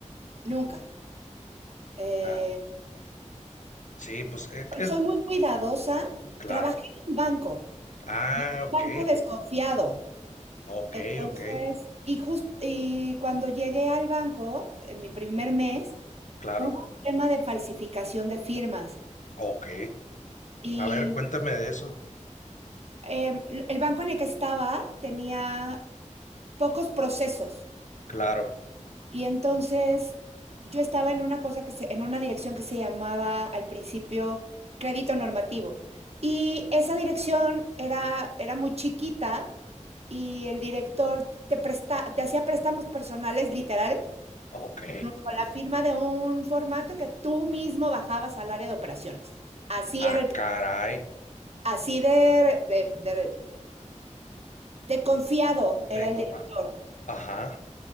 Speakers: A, on the right (about 55°); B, on the left (about 75°).
A: nunca. Eh,
B: Ah, sí, pues eh, es
A: soy muy cuidadosa.
B: claro.
A: Trabajé en un banco
B: Ah,
A: y un
B: ok,
A: banco desconfiado.
B: ok,
A: Entonces,
B: ok,
A: y, jus- y cuando llegué al banco, en mi primer mes,
B: claro,
A: hubo un tema de falsificación de firmas.
B: ok.
A: Y
B: A ver, cuéntame de eso.
A: em, el banco en el que estaba tenía pocos procesos.
B: Claro.
A: Y entonces yo estaba en una cosa que se, en una dirección que se llamaba al principio crédito normativo. Y esa dirección era, era muy chiquita y el director te presta, te hacía préstamos personales literal
B: Ok.
A: con con la firma de un formato que tú mismo bajabas al área de operaciones. Así
B: Ah,
A: era el,
B: caray.
A: así de, de, de- de confiado
B: De
A: era el
B: co-
A: director.
B: ah, Ajá,